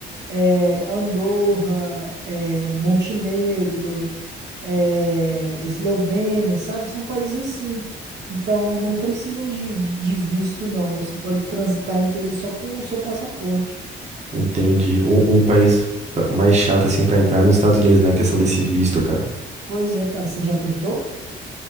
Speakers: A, on the right; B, on the right.
A: é, Andorra, é, Montenegro, é, Eslovênia, sabe? São países assim. Então não precisam de, de de visto, não. Você pode transitar entre eles só com o seu passaporte.
B: Entendi. Um, um país pra- mais chato assim pra entrar é nos Estados Unidos, né? A questão desse visto, cara.
A: Pois é, cara, você já tentou?